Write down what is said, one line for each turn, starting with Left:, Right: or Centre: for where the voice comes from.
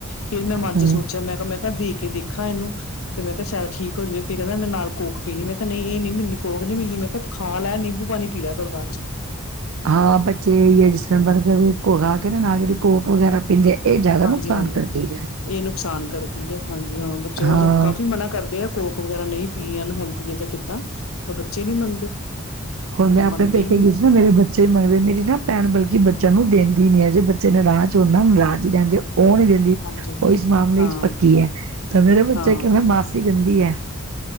Left: ਫੇਰ ਮੈਂ ਮਨ
Right: ਹੂੰ
Left: ਚ ਸੋਚਿਆ, ਮੈਂ ਕਿਹਾ ਮੈਂ ਦੇ ਕੇ ਦੇਖਾਂ ਇਹਨੂੰ ਤੇ ਮੈਂ ਕਿਹਾ, ਸ਼ਾਇਦ ਠੀਕ ਹੋ ਜਾਵੇ, ਫੇਰ ਕਹਿੰਦਾ, ਮੈਂ ਨਾਲ ਕੋਕ ਪੀਣੀ, ਮੈਂ ਕਿਹਾ, ਨਹੀਂ, ਇਹ ਨੀ ਮਿਲਣੀ, ਕੋਕ ਨੀ ਮਿਲਣੀ ਖਾ ਲੈ, ਨਿੰਬੂ ਪਾਣੀ ਪੀ ਲੈ, ਫੇਰ ਬਾਅਦ ਚ।
Right: ਹਾਂ, ਬੱਚੇ ਆ, ਜਿਸ ਤਰ੍ਹਾਂ ਬਰਗਰ <unintelligible> ਖਾ ਕੇ ਨਾ ਨਾਲ ਜਿਹੜੀ ਕੋਕ ਵਗੈਰਾ ਪੀਂਦੇ ਇਹ ਜ਼ਿਆਦਾ
Left: ਹਾਂਜੀ-ਹਾਂਜੀ,
Right: ਨੁਕਸਾਨ ਕਰਦੀ ਹੈ।
Left: ਇਹ ਨੁਕਸਾਨ ਕਰਦੀ ਹੈ, ਹਾਂਜੀ ਹਾਂ, ਬੱਚਾ,
Right: ਹਾਂ
Left: ਉਹ ਤਾਂ ਕਾਫ਼ੀ ਮਨਾ ਕਰਦੇ ਆ। ਕੋਕ ਵਗੈਰਾ ਨਹੀਂ ਪੀਨੀ, ਅਨਹੈਲਦੀ ਹੈ, ਜਾਂ <unintelligible> ਪਰ ਬੱਚੇ ਨਹੀਂ ਮੰਨਦੇ।
Right: ਹੁਣ
Left: ਮੰਨਦੇ
Right: ਮੈਂ ਆਪਣੇ ਪੇਕੇ
Left: ਹੀ ਨੀ
Right: ਗਈ ਸੀ, ਨਾ ਮੇਰੇ ਬੱਚੇ ਬੱਚੇ ਮੰਗਦੇ, ਮੇਰੀ ਨਾ ਭੈਣ, ਬਲਕਿ ਬੱਚਿਆਂ ਨੂੰ ਦਿੰਦੀ ਨੀ ਹੈ, ਜੇ ਬੱਚੇ ਨਰਾਜ਼ ਹੋ ਨਾ ਨਾਰਾਜ਼ ਹੀ ਰਹਿੰਦੇ, ਉਹ ਨੀ ਦਿੰਦ
Left: ਹਾਂਜੀ
Right: ਉਹ ਇਸ ਮਾਮਲੇ
Left: ਹਾਂ
Right: ਚ ਪੱਕੀ ਹੈ, ਤਾਂ ਮੇਰੇ ਬੱਚੇ
Left: ਹਾਂ
Right: ਕਹਿੰਦਾ, ਮਾਸੀ ਗੰਦੀ ਹੈ।